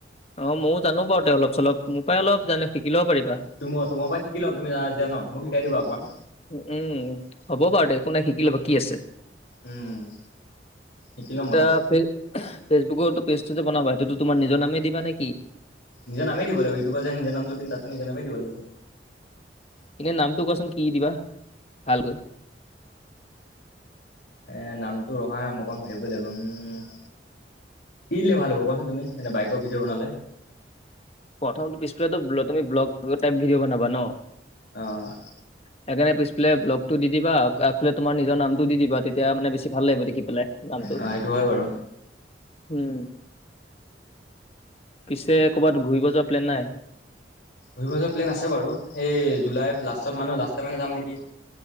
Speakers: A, on the left; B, on the left.
A: অ', ময়ো জানো বাৰু তে অলপ, চলপ মোৰ পৰাই অলপ জানো শিকিলেও পাৰিবা
B: তোমাৰ পৰা শিকি লম, তুম জা যেতি ন মোক শিকাই দিবা অকমান
A: উম, হ'ব বাৰু দে একো নাই শিকি ল'ব কি আছে
B: উম, শিকি ল'ম বাৰু।
A: টা ফেচবুকৰো পেজটো যে বনাবা, সেইটো তোমাৰ নিৰ নামেই দিবা নেকি
B: নিজৰামেই দিব লাগ, ইউটউবাৰ যে নিজ নামটো দিম, তাতো নিজ নামেই দ লাগিব
A: এনেই নামটো কোৱাচোন, কি দিবা ভালকৈ
B: এ নামটো ৰখা, মই অকণ ভাবিবই লাগিব উম, কি দিলে ভাল হ'ব কচোন তুমি, এনে বাইকৰ ভিডিও বনালে
A: প্ৰথমটো পিছফাল তুমি ব্লগ টাইপ ভিডিঅ বনা ন
B: অ',
A: সেইণে পি পাললে ব্লগটো দি দিবা, আগফালে তোমাৰ নিজৰ নামটো দি দিবা তেয়া এতিয়া মানে বেছি ভাল লাগিব দেখি, পেলাই নামটো।
B: অ সেইটো হয় বাৰু।
A: উম, পিছে ক'ৰবাত ঘূৰিব যোৱাৰ প্লেন নাই?
B: ঘূৰিব যোৱা প্লেন আছে বাৰু, সেই জুলাই লাষ্টত মানে লাষ্টে মানে যাম নেকি।